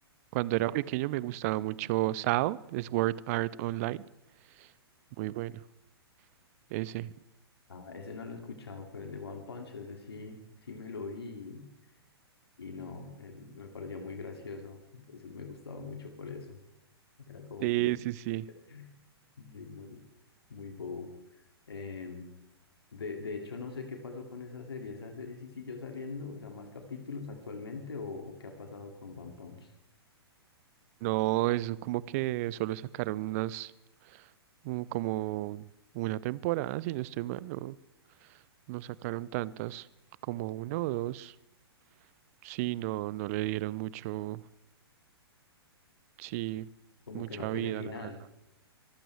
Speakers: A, on the right; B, on the left.
A: cuando era pequeño me gustaba mucho SAO, Sword Art Online, muy bueno, ese,
B: Ah, ese no lo he escuchado, pero el de One Punch, ese sí, sí me lo vi y no, eh, me parecía muy gracioso, entonces me gustaba mucho por eso, era como
A: sí,
B: muy,
A: sí, sí.
B: <laughs> muy, muy, muy bobo. Em, de, de hecho, no sé qué pasó con esa serie, esa serie sí siguió saliendo, o sea, más capítulos actualmente o, o qué ha pasado con One Punch,
A: No, eso como que solo sacaron unas, mm, como una temporada, si no estoy mal, no, no sacaron tantas, como una o dos. Sí, no, no le dieron mucho, sí,
B: como
A: mucha
B: que no tiene
A: vida,
B: final.
A: la verdad.